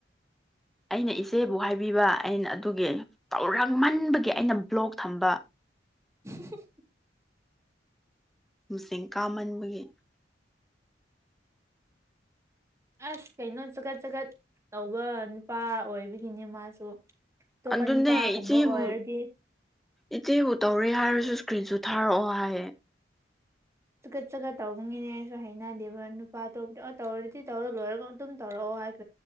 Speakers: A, in the centre; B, on the right.
A: ꯑꯩꯅ ꯏꯆꯦꯕꯨ ꯍꯥꯏꯕꯤꯕ ꯑꯩꯅ ꯑꯗꯨꯒꯤ ꯇꯧꯔꯛꯃꯟꯕꯒꯤ ꯑꯩꯅ ꯕ꯭ꯂꯣꯛ ꯊꯝꯕ
B: <inaudible>
A: ꯃꯁꯤꯡ ꯀꯥꯃꯟꯕꯒꯤ
B: ꯑꯁ ꯀꯩꯅꯣ ꯆꯀꯠ ꯆꯈꯠ ꯇꯧꯕ ꯅꯨꯄꯥ ꯑꯣꯏꯕꯒꯤꯅꯦ ꯃꯥꯁꯨ ꯑꯇꯣꯞꯄ
A: ꯑꯗꯨꯅꯦ
B: ꯅꯨꯄꯥꯒꯨꯝꯕ
A: ꯏꯆꯦꯕꯨ
B: ꯑꯣꯏꯔꯗꯤ
A: ꯏꯆꯦꯕꯨ ꯇꯧꯔꯦ ꯍꯥꯏꯔꯁꯨ ꯏꯁꯀ꯭ꯔꯤꯟꯁꯨ ꯊꯥꯔꯛꯑꯣ ꯍꯥꯏꯌꯦ
B: ꯆꯨꯀꯠ ꯆꯠꯀꯠ ꯇꯧꯅꯤꯅꯦ ꯑꯩꯁꯨ ꯍꯩꯅꯗꯦꯕ ꯅꯨꯄꯥ ꯑꯇꯣꯞꯗꯤ ꯑꯣ ꯇꯧꯔꯗꯤ ꯇꯧꯔ ꯂꯣꯏꯔꯒ ꯑꯗꯨꯝ ꯇꯧꯔꯛꯑꯣ ꯍꯥꯏ